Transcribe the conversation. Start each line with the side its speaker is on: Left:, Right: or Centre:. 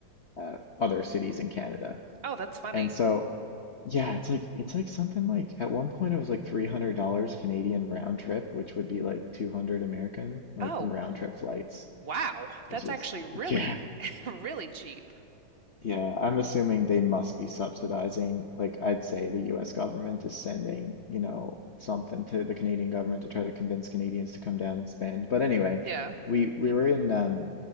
Left: uh, other cities in Canada.
Right: Oh, that's funny.
Left: And so yeah, it's like it's like something like at one point it was like $300 Canadian round trip, which would be like 200 American, like
Right: Oh,
Left: round trip flights,
Right: wow.
Left: which
Right: That's
Left: is
Right: actually really,
Left: yeah,
Right: <laughs> really cheap.
Left: yeah, I'm assuming they must be subsidizing. Like, I'd say the US government is sending, you know, something to the Canadian government to try to convince Canadians to come down and spend. But anyway,
Right: Yeah.
Left: we we
Right: Mm,
Left: were in um,